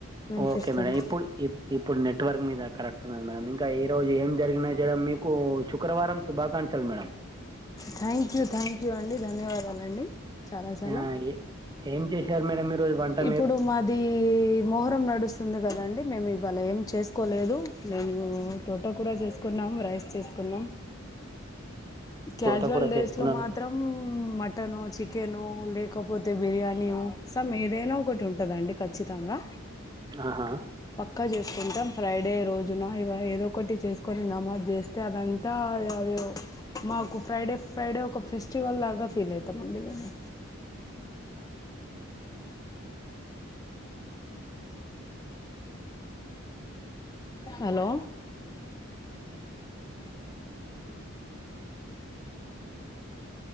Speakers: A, on the left (about 15°); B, on the right (about 20°).
A: వినిపిస్తుంది
B: ఓకే మేడం ఇప్పుడు ఇప్ ఇప్. ఇప్పుడు నెట్వర్క్ మీద కరెక్ట్ ఉన్నది మేడం ఇంకా ఈ రోజు ఏం జరిగిన చేయడం మీకు శుక్రవారం శుభాకాంక్షలు. Madam.
A: Thank you thank you అండి ధన్యవాదాలండి చాలా చాలా.
B: ఆ, ఏ- ఏం చేశారు మేడం మీరు. ఈరోజు వంట
A: ఇప్పుడు మాది మొహరం నడుస్తుంది కదండి మేము ఇవాళ ఏం చేసుకోలేదు. మేము తోట కూర చేసుకున్నాం రైస్ చేసుకున్నాం. క్యాజువల్
B: తోటకూర
A: డ్రేస్
B: చేసుకున్నాను
A: లో మాత్రం ఉమ్ మట్ మటను చికెను లేకపోతే బిర్యానీ సమ్ ఏదైనా ఒకటి ఉంటదండి ఖచ్చితంగా.
B: ఆహా
A: పక్కా చేసుకుంటాం ఫ్రైడే. రోజున ఎవ ఏదో ఒకటి చేసుకొని నమాజ్ చేస్తే అదంతా అదే అదే ఓ మాకు. ఫ్రైడే ఫ్రైడే ఒక ఫెస్టివల్ లాగా ఫీల్ అవుతామండి మేము. హలో.